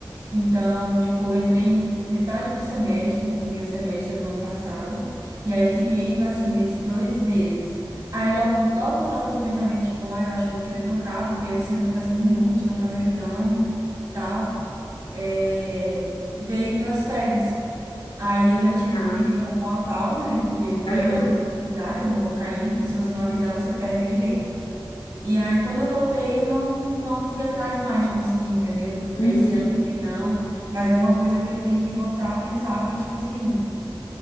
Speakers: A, on the right (about 50°); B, on the left (about 80°).
A: Então, tipo, eu entrei metade do semestre, do primeiro semestre do ano passado, e aí fiquei, assim, nesses dois meses. Aí logo, logo que eu tava com esse pensamento, tipo, ah, eu acho que eu vou querer trocar, porque eu sinto que tá sendo inútil, não tá me ajudando, tal, é, veio as férias. Aí eu já tive
B: Ah,
A: que pedir pra dar uma pausa, né, porque férias
B: aham,
A: eu tenho que avisar, que eu não vou ficar indo, porque se você não avisar, você perde o direito. E aí, quando eu voltei, eu não, não fui atrás mais de conseguir, entendeu?
B: uhum,
A: Aí esse ano também não. Mas é uma coisa que eu tenho que voltar a pensar pra, tipo assim,